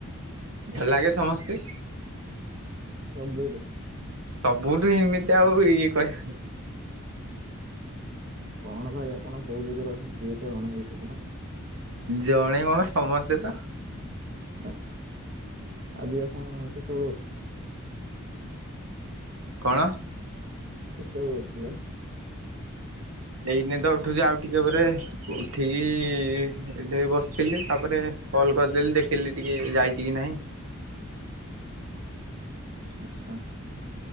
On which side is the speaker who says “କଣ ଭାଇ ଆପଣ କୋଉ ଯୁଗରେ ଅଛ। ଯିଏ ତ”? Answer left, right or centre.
Right